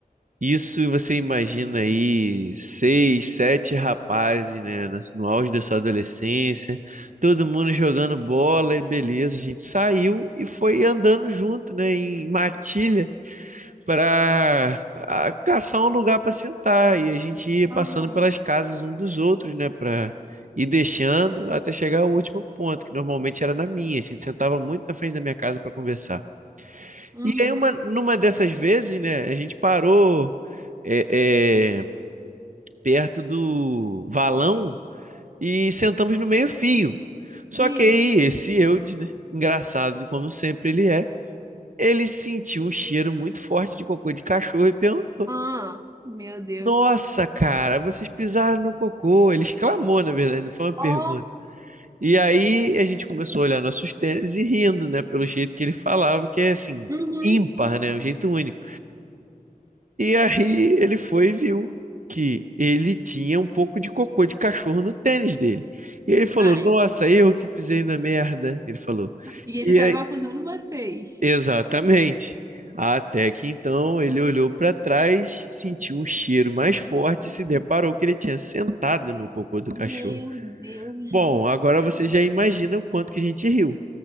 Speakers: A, on the right; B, on the right.
A: Isso você imagina aí seis, sete rapazes, né, no no auge da sua adolescência, todo mundo jogando bola e beleza. A gente saiu e foi andando junto, né, em matilha para caçar um lugar para sentar. E a gente ia passando
B: Aham.
A: pelas casas um dos outros, né, para ir deixando até chegar ao último ponto, que normalmente era na minha. A gente sentava muito na frente da minha casa para conversar.
B: Uhum.
A: E aí, uma, numa dessas vezes, né, a gente parou. É, é, perto do valão e sentamos no meio-fio. Só
B: Sim.
A: que aí esse Eudes, né? Engraçado de como sempre ele é. Ele sentiu um cheiro muito forte de cocô de cachorro e perguntou:
B: Ah, Meu Deus.
A: Nossa, cara, vocês pisaram no cocô. Ele exclamou, na verdade, não foi uma pergunta.
B: ó,
A: E aí a gente começou a olhar nossos tênis e rindo, né? Pelo jeito que ele falava, que é assim,
B: uhum.
A: ímpar, né? Um jeito único. E aí ele foi e viu que ele tinha um pouco de cocô de cachorro no tênis dele. E ele falou:
B: Ah,
A: Nossa,
B: é.
A: eu que pisei na merda. Ele falou.
B: E ele
A: E
B: tava
A: aí,
B: acusando vocês.
A: exatamente. Até que então ele olhou para trás, sentiu um cheiro mais forte e se deparou que ele tinha sentado no cocô do
B: Meu
A: cachorro.
B: Deus
A: Bom,
B: do céu.
A: agora você já imagina o quanto que a gente riu.